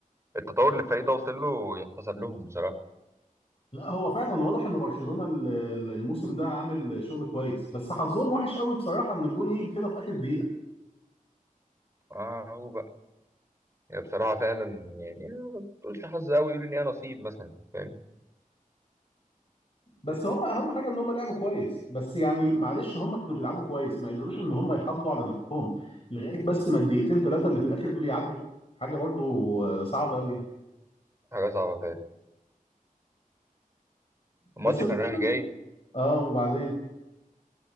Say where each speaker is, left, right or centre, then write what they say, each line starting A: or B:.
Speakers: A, on the right (about 15°); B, on the left (about 40°).
A: التطور اللي الفريق ده وصل له يحتسب لهم بصراحه
B: لا هو فعلا واضح ان برشلونة ال- ال- الموسم ده عامل شغل كويس بس حظهم وحش قوي بصراحة ان الجون يجي كده في اخر دقيقة
A: اه هو بقى يعني بصراحه فعلا يعني آه، ما تقولش حظ قوي يقول ان هي نصيب مثلا فاهم
B: بس هم اهم حاجة ان هم لعبوا كويس بس يعني معلش هم كانوا بيلعبوا كويس ما قدروش ان هم يحافظوا على نفسهم لغاية بس ما الدقيقتين ثلاثة اللي في الاخر دول يعدوا حاجة برضو آه، صعبة قوي يعني
A: حاجه صعبه فعلا الماتش
B: بس المهم
A: كان رايح جاي
B: إن- اه وبعدين